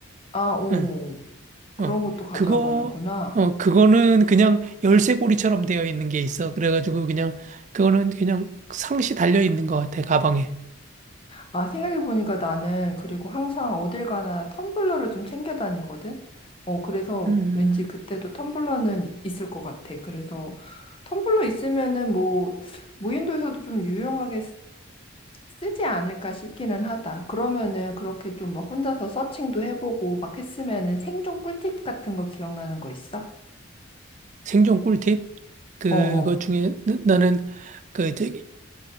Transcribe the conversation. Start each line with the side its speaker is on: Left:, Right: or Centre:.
Left: 아, 오,
Right: 응.
Left: 그런
Right: 어.
Left: 것도 가져가고
Right: 그거
Left: 하는구나.
Right: 어 그거는 그냥 열쇠고리처럼 되어 있는 게 있어. 그래가지고 그냥 그거는 그냥 상시 달려 있는 것 같아 가방에.
Left: 아, 생각해보니까 나는 그리고 항상 어딜 가나 텀블러를 좀 챙겨 다니거든? 어, 그래서
Right: 음.
Left: 왠지 그때도 텀블러는 있을 것 같아. 그래서 텀블러 있으면은 뭐, 무인도에서도 좀 유용하게 쓰- 쓰지 않을까 싶기는 하다. 그러면은 그렇게 좀 막 혼자서 서칭도 해보고 막 했으면은 생존 꿀팁 같은 거 기억나는 거 있어?
Right: 생존 꿀팁 그것
Left: 어어.
Right: 중에 나- 나는 그 저기